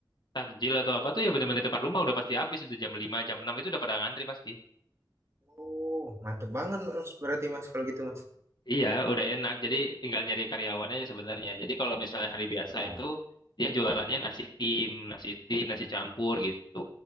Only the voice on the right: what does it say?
Oh mantep banget mas berarti mas kalau gitu mas.
Ya.